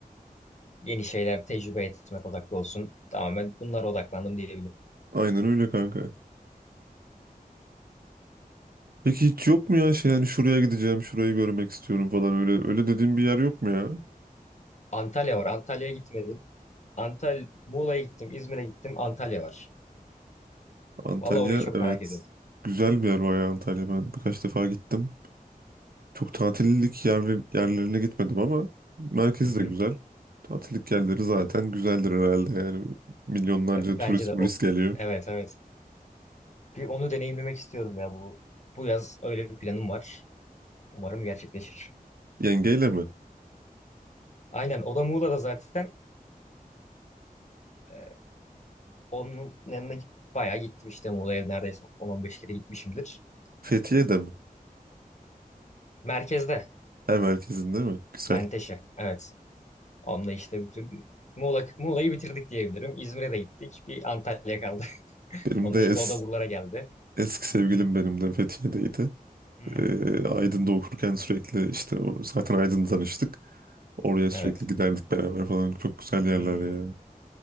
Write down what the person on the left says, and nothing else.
yeni şeyler tecrübe etmek odaklı olsun. Tamamen bunlara odaklandım diyebilirim.
Vallahi.
öyle.
Antalya var. Antalya'ya gitmedim. Antal Muğla'ya gittim, İzmir'e gittim. Antalya var.
Vallahi orayı çok
merak ediyorum.
Hı hı.
Ya bence
de
o
evet evet. Bir onu deneyimlemek istiyorum ya bu bu yaz öyle bir planım var. Umarım gerçekleşir.
Aynen o da Muğla'da zaten Ee, onun yanına git- bayağı gittim işte Muğla'ya neredeyse 10-15 kere gitmişimdir.
Merkezde
Menteşe evet. Onunla işte bütün Muğla, Muğla'yı bitirdik diyebilirim. İzmir'e de gittik. Bir Antalya kaldı. <laughs>
Onun
dışında
o da buralara geldi.
Hmm.
Evet.
Hmm.